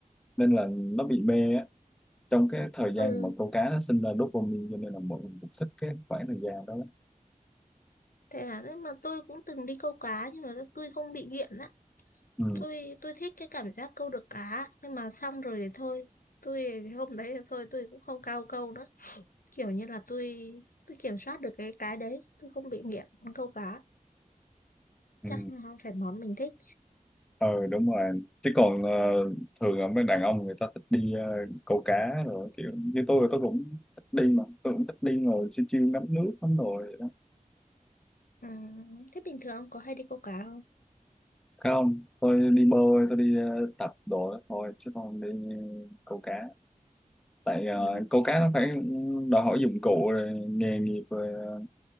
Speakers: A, in the centre; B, on the left.
A: nên là nó bị mê á trong cái thời gian
B: Ừ,
A: mà câu cá nó sinh ra dopamine cho nên là mọi người cũng thích cái khoảng thời gian đó lắm.
B: thế là đấy mà tôi cũng từng đi câu cá nhưng mà tôi không bị nghiện á.
A: ừ.
B: Tôi tôi thích cái cảm giác câu được cá nhưng mà xong rồi thì thôi. Tôi thì hôm đấy thì thôi tôi cũng không cao câu nữa. Kiểu như là tôi tôi kiểm soát được cái cái đấy, tôi không bị nghiện câu cá.
A: Ừ.
B: Chắc nó không phải món mình thích.
A: ờ đúng rồi chứ còn ờ, thường là mấy đàn ông người ta thích đi ờ, câu cá rồi kiểu như tôi tôi cũng thích đi mà tôi cũng thích đi ngồi chiêu chiêu ngắm nước lắm rồi vậy đó
B: Ừ, thế bình thường ông có hay đi câu cá không?
A: không tôi đi bơi tôi đi ờ, tập đồ đó thôi chứ tôi không đi câu cá tại ờ,
B: Ừ,
A: câu cá nó phải đòi hỏi dụng cụ rồi nghề nghiệp rồi ờ,